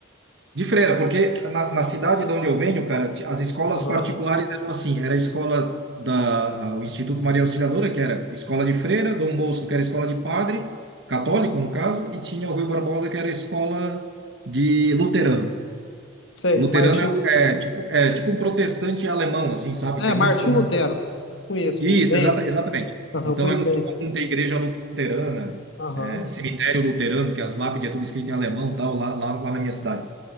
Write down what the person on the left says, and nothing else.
Aham.
Sei,
Martim.
É,
Martim
Lutero. Conheço
bem.
Aham,
conheço
bem.
Aham,